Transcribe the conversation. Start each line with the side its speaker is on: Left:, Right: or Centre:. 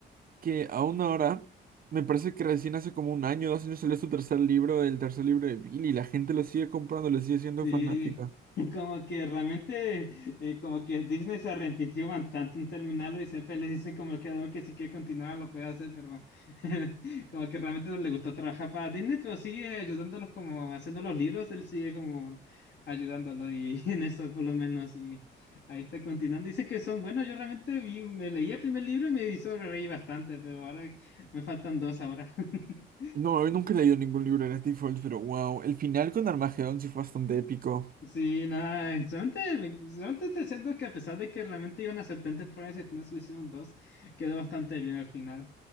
Right: que aún ahora, me parece que recién hace como un año, dos años salió su tercer libro, el tercer libro de Billy, y la gente lo sigue comprando, le sigue siendo
Left: Sí,
Right: fanática.
Left: <laughs> como que realmente, eh, como que Disney se arrepintió bastante en terminarlo y siempre le dicen como que, no, que si quiere continuar lo puede hacer, pero <laughs> como que realmente no le gustó trabajar para Disney, pero sigue ayudándolos como haciendo los libros, él sigue como ayudándolo y <laughs> en eso por lo menos y ahí está continuando. Dicen que son buenos, yo realmente vi, me leí el primer libro y me hizo reír bastante, pero ahora me faltan dos ahora. <laughs>
Right: No, yo nunca he leído ningún libro de Steve Follett, pero wow, el final con Armagedón sí fue bastante épico.
Left: Sí, nada, solamente, me- solamente te siento que a pesar de que realmente iban a hacer tantas pruebas y al final solo hicieron dos, quedó bastante bien al final.